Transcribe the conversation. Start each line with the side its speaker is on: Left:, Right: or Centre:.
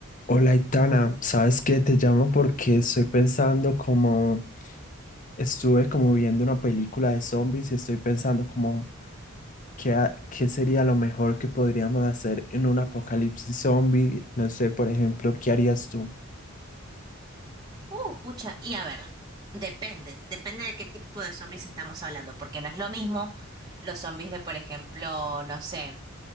Left: Hola, Itana, ¿sabes qué? Te llamo porque estoy pensando como, estuve como viendo una película de zombies y estoy pensando como, ¿qué, ha- qué sería lo mejor que podríamos hacer en un apocalipsis zombie? No sé, por ejemplo, ¿qué harías tú?
Right: Uh, pucha, y a ver, depende, depende de qué tipo de zombies estamos hablando, porque no es lo mismo los zombies de, por ejemplo, no sé,